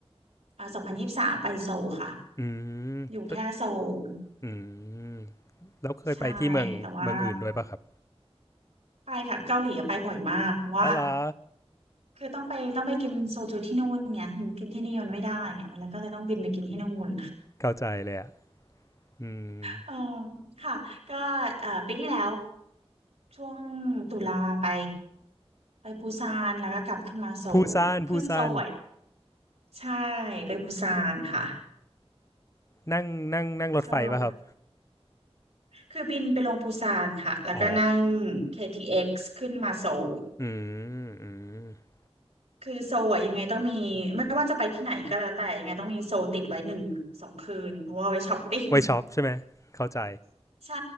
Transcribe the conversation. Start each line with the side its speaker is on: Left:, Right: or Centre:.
Right: อ่าสองพันยี่สิบสามไปโซลค่ะ
Left: อืมไป
Right: อยู่แค่โซล
Left: อืมแล้วเคยไปที่เมืองเมืองอื่นด้วยปะครับ
Right: ใช่ แต่ว่า ไปค่ะเกาหลีอะไปบ่อยมากเพราะว่า
Left: อ๋อเหรอ
Right: คือต้องไปต้องไปกินโซจูที่นู่นไงอยู่กินที่นี่มันไม่ได้อะมันเลยก็เลยต้องบินไปกินที่นู่น
Left: เข้าใจเลยอ่ะอืม
Right: เออค่ะก็เอ่อปีที่แล้วช่วงตุลาไปไปปูซานแล้วก็กลับขึ้นมาโซลคือโซลอะ
Left: ปูซานปูซาน
Right: ใช่ไปปูซานค่ะ
Left: นั่งนั่งนั่งรถไฟป่ะครับ
Right: ชอบคือบินไปลงปูซานค่ะแล้วก็นั่ง
Left: อ๋อ
Right: เคทีเอ็กซ์ขึ้นมาโซล
Left: อืมอืม
Right: คือโซอะยังไงต้องมีไม่ว่าจะไปที่ไหนก็แล้วแต่ยังไงต้องมีโซลติดไว้หนึ่งสองคืนเพราะว่าเอาไว้ช้อปปิ้ง
Left: ไวช็อปใช่ไหม เข้าใจ
Right: <laughs> ใช่